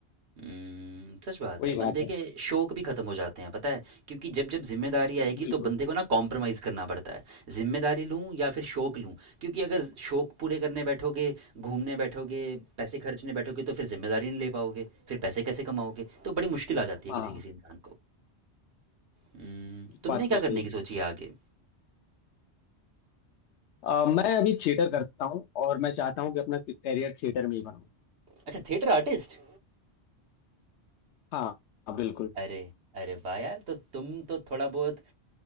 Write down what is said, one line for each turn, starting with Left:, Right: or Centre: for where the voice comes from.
Right: हम्म, सच बात
Left: वही
Right: है
Left: बात
Right: बंदे
Left: है
Right: के शौक भी खत्म हो जाते हैं पता है क्योंकि जब जब जिम्मेदारी आएगी
Left: बिल्कुल
Right: तो बंदे को ना कॉम्प्रोमाइज़ करना पड़ता है जिम्मेदारी लूं या फिर शौक लूं क्योंकि अगर शौक पूरे करने बैठोगे घूमने बैठोगे पैसे खर्चने बैठोगे तो फिर जिम्मेदारी नहीं ले पाओगे फिर पैसे कैसे कमाओगे तो बड़ी मुश्किल आ जाती है
Left: हाँ
Right: किसी किसी इंसान को हम्म, तुमने
Left: बात
Right: क्या
Left: तो सही
Right: करने
Left: है
Right: की सोची है आगे
Left: अ, मैं अभी थिएटर करता हूँ और मैं चाहता हूँ कि अपना करियर थिएटर में ही बनाऊँ
Right: अच्छा थिएटर आर्टिस्ट
Left: हाँ हाँ बिल्कुल
Right: अरे अरे वाह यार तो तुम तो थोड़ा बहुत अ,